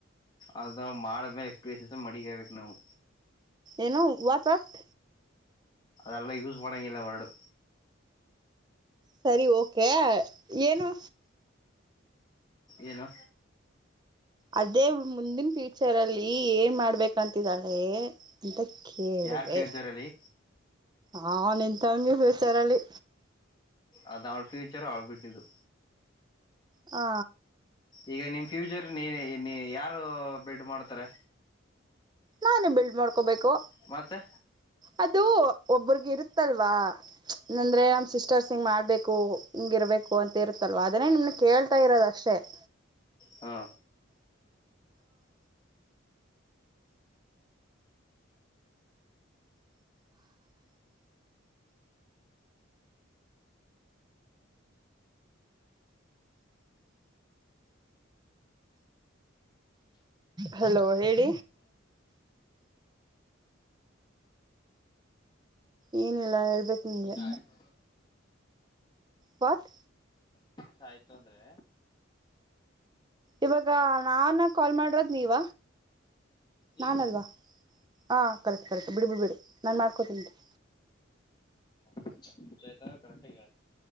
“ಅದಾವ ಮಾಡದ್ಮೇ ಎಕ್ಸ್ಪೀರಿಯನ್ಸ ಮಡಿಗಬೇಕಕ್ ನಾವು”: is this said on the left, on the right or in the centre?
Left